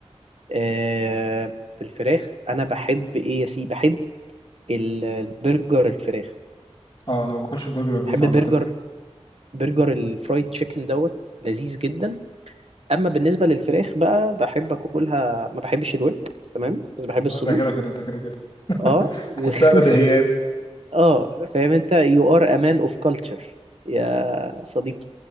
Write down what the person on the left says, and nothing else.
اه انا ما باكلش البرجر والبيف
عامه
آه، ده كده كده ده كده كده
احسها بديهيات